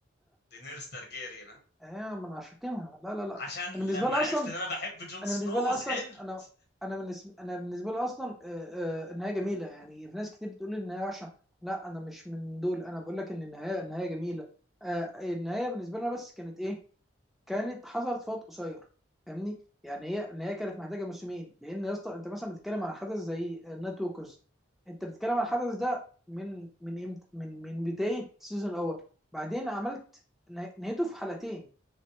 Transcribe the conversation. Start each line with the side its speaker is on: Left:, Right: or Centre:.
Left: دينيرس تارجيريان ها؟
Centre: انا من عشاقينها لا لا لا
Left: عشان لما
Centre: انا بالنسبه لي
Left: عرفت
Centre: اصلا
Left: ان انا بحب جون
Centre: انا
Left: سنو
Centre: بالنسبه لي
Left: زعلت
Centre: اصلا انا انا بالنسبه انا بالنسبه لي اصلا آه، آه، النهايه جميله يعني في ناس كتير بتقول لي النهايه وحشه لا انا مش من دول انا بقول لك ان النهايه النهايه جميله آه، النهايه بالنسبه لنا بس كانت ايه كانت حصلت في وقت قصير فاهمني يعني هي النهايه كانت محتاجه موسمين لان يا اسطى انت مثلا بتتكلم عن حدث زي النايت ووكرز انت بتتكلم عن الحدث ده من من امتى من من بدايه السيزون الاول بعدين عملت نه- نهايته في حلقتين